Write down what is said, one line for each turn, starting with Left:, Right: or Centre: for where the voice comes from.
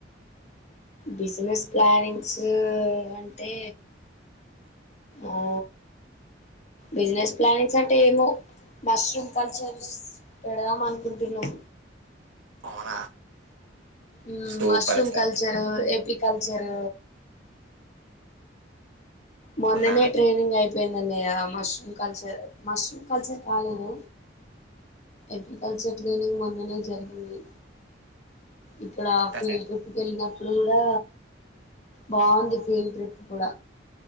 Left: బిజినెస్ ప్లానింగ్స్ అంటే ఆ బిజినెస్ ప్లానింగ్స్ అంటే ఏమో మష్రూమ్ కల్చర్స్ పెడదాం అనుకుంటున్నాం.
Right: అవునా
Left: ఉమ్
Right: సూపర్
Left: మష్రూమ్
Right: అసలు
Left: కల్చర్ ఎప్ పి కల్చర్ మొన్ననే
Right: అవునా
Left: ట్రైనింగ్ అయిపోయింది అన్నయ్య. మష్రూమ్ కల్చర్ మష్రూమ్ కల్చర్ కాలేదు ఎపి కల్చర్ ట్రైనింగ్ మొన్ననే జరిగింది ఇక్కడ
Right: ఎట్లా
Left: ఫీల్డ్
Right: సార్
Left: ట్రిప్కి ఎళ్ళినప్పుడు కూడా బాగుంది ఫీల్డ్ ట్రిప్ కూడా